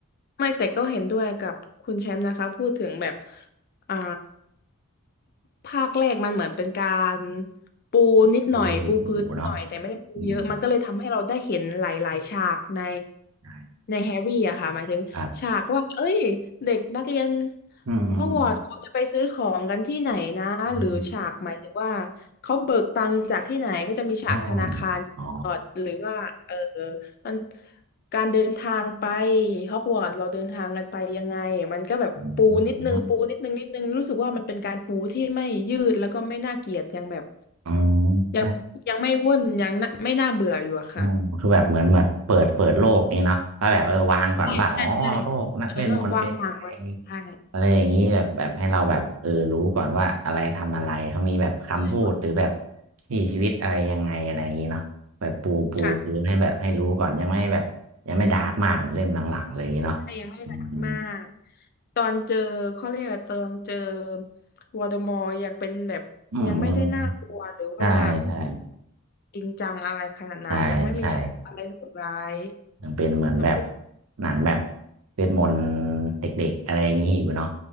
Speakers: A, on the left; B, on the right.
A: ไม่แต่ก็เห็นด้วยกับคุณแชมป์นะคะพูดถึงแบบอ่าภาคแรกมันเหมือนเป็นการปูนิดหน่อยปูพื้นนิดหน่อยแต่ไม่ได้ปูเยอะมันก็เลยทำให้เราได้เห็นหลายๆฉากใน
B: ดูดูเนาะอืมใช่
A: ในแฮร์รี่อะค่ะหมายถึงฉากว่าเอ้ยเด็กนักเรียน
B: ครับอืมอืม
A: ฮอกวอตส์เขาจะไปซื้อของกันที่ไหนนะหรือฉากหมายถึงว่า
B: อืม
A: เขาเบิกตังค์จากที่ไหนก็จะมีฉากธนาคารตลอดหรือว่าเออ
B: อ๋ออ๋อ
A: มัน การเดินทางไปฮอกวอตส์เราเดินทางกันไปยังไงมันก็แบบปูนิดนึงปูนิดนึงนิดนึงรู้สึกว่ามันเป็นการปูที่ไม่ยืดแล้วก็ไม่น่าเกลียดยังแบบ
B: อืมอ๋อใช่
A: ยังยังไม่วุ่นยังน่าไม่น่าเบื่ออยู่อะค่ะ
B: อ๋อคือแบบเหมือนแบบเปิดเปิดโลกนี่เนาะว่าแบบเออวางก่อนว่าอ๋อโลกนักเวทมนต์เป็นยังไง
A: ใช่ใช่ใช่เออวางหมากไว้ใช่
B: อะไรอย่างนี้แบบแบบให้เราแบบเออรู้ก่อนว่าอะไรทำอะไรเขามีแบบคำพูดหรือแบบ
A: ใช่ว่า
B: ที่ชีวิตอะไรยังไงอะไรอย่างนี้เนาะแบบปูปูพื้นให้แบบให้รู้ก่อนยังไม่แบบยังไม่ดาร์กมากเหมือนเล่มหลังๆอะไรอย่างนี้เนาะอืม
A: ค่ะ ยังไม่รักมาก ตอนเจอเขาเรียกว่าตอนเจอวอลเดอมอร์ยังเป็นแบบยังไม่ได้น่ากลัวหรือว่า
B: อืมยังใช่ใช่
A: จริงจังอะไรขนาดนั้นยังไม่มีฉากอะไรโหดร้าย
B: ใช่ใช่ ยังเป็นเหมือนแบบ
A: ต้องพูด
B: หนังแบบเวทมนต์เด็กๆอะไรอย่างนี้อยู่เนาะ